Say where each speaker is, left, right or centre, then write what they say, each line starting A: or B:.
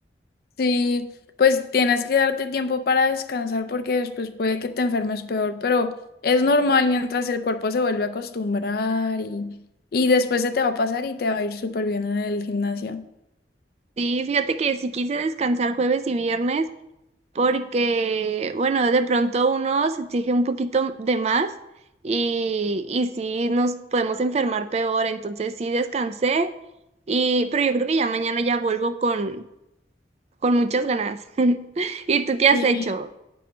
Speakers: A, on the left; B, on the right.
A: sí, pues tienes que darte tiempo para descansar porque después puede que te enfermes peor, pero es normal mientras el cuerpo se vuelve a acostumbrar y, y después se te va a pasar y te va a ir súper bien en el gimnasio.
B: Sí, fíjate que sí quise descansar jueves y viernes porque, bueno, de pronto uno se exige un poquito de más y, y sí nos podemos enfermar peor, entonces sí descansé y, pero yo creo que ya mañana ya vuelvo con, con muchas ganas. <laughs> ¿Y tú qué has
A: Sí.
B: hecho?